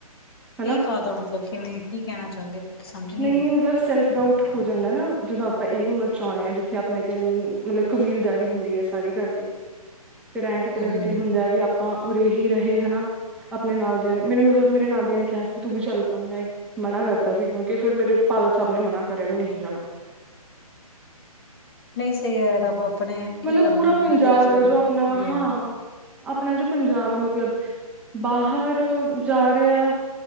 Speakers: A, in the centre; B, on the left.
A: ਹਨਾ
B: ਇਹ ਕਾਦਾ ਮਤਲਬ ਕਿਵੇਂ, ਕੀ ਕਹਿਣਾ ਚਾਹੁੰਦੇ ਮੈਨੂੰ? ਤਾਂ ਸਮਝ
A: ਨਹੀਂ,
B: ਆਈ
A: ਮਤਲਬ ਸੈਲਫ ਡਾਊਟ ਹੋ ਜਾਂਦਾ ਨਾ, ਜਦੋਂ ਆਪਾਂ ਇਹੀ ਉਮਰ ਚ ਆਉਣੇ ਆ ਜਿੱਥੇ ਆਪਣੇ ਤਨ ਮਤਲਬ ਕਬੀਲਦਾਰੀ ਹੁੰਦੀ ਹੈ, ਸਾਰੀ ਘਰ ਦੀ। ਫੇਰ, ਐਂ ਕਿਤੇ
B: ਹੂੰ।
A: ਨਾ ਕਿਤੇ ਹੁੰਦਾ ਵੀ ਆਪਾਂ, ਉਰੇ ਹੀ ਰਹੇ ਹਨਾ। ਆਪਣੇ ਨਾਲ ਦੀਆਂ ਨੇ ਮੈਨੂੰ ਮਤਲਬ ਮੇਰੇ ਨਾਲ ਦੀਆਂ ਨੇ ਕਿਹਾ ਸੀ ਕਿ ਤੂੰ ਵੀ ਚੱਲ ਪੈ, ਮੈਂ ਮਨਾ ਕਰਤਾ ਸੀ। ਕਿਉਂਕਿ, ਫਿਰ ਮੇਰੇ ਫਾਦਰ ਸਾਹਿਬ ਨੇ ਮਨਾ ਕਰਿਆ, ਵੀ ਨਹੀਂ ਜਾਣਾ।
B: ਨਹੀਂ, ਸਹੀ ਹੈ ਰੱਬ ਆਪਣੇ,
A: ਮਤਲਬ
B: ਕੀ ਕਰਨਾ
A: ਪੂਰਾ
B: ਆਪਣੇ
A: ਪੰਜਾਬ
B: ਦੇਸ਼ ਵਰੀ
A: ਹੈ ਜੋ ਆਪਣਾ
B: ਕੀ
A: ਹਾਂ
B: ਹੈ।
A: ਆਪਣਾ ਜੋ ਪੰਜਾਬ ਹੈ, ਮਤਲਬ ਬਾਹਰ ਜਾ ਰਿਹਾ ਹੈ